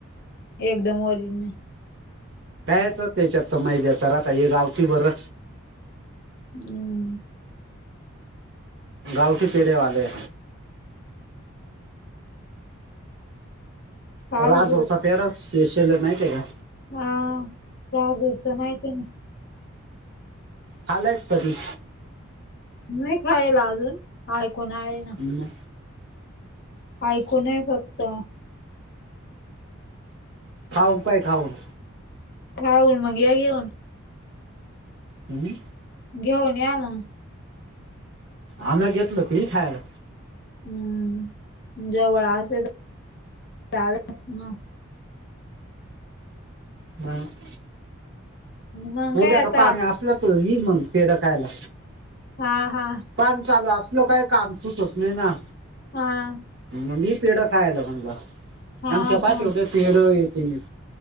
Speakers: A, on the left (about 50°); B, on the right (about 55°).
A: एकदम ओरीजनल
B: कायच त्याच्यात तर माैद्याचा राहता हे गावठी बरं
A: हम्म.
B: गावचे पेढे वाले
A: पावजो
B: <unintelligible> चा पेढा स्पेशल आहे माहितेय का?
A: हा बहादूरचा माहितेय ना
B: खाल्लायस कधी?
A: नाही खायला अजून ऐकून आहे ना
B: म
A: ऐकून आहे फक्त.
B: खाऊन पाय खाऊन
A: खाऊन मग या घेऊन
B: हम्म.
A: घेऊन या मग.
B: आम्हीया घेतल ती खायला
A: हम्म जवळ असे तर <unintelligible>
B: हम् <inaudible>
A: मग
B: उद्या
A: काय आता
B: का पाणी असलं तर येई मग पेढं खायला.
A: हा, हा.
B: पाणी चालू असल काही, काम सुटत नाही ना.
A: हा.
B: म मी पेढं खायला म्हणल,
A: हा
B: आमच्या पाठीवर
A: हा
B: पेढ येते मी. <unintelligible>